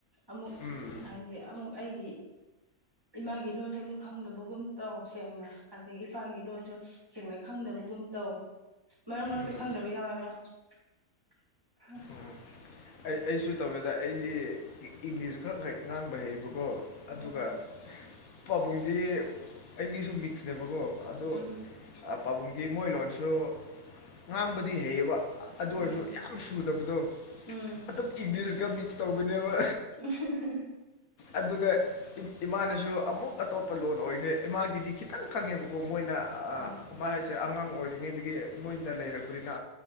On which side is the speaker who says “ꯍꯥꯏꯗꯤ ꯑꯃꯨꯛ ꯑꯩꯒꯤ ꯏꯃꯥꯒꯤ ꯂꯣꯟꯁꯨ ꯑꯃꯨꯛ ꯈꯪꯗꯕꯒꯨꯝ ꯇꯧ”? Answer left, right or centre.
Right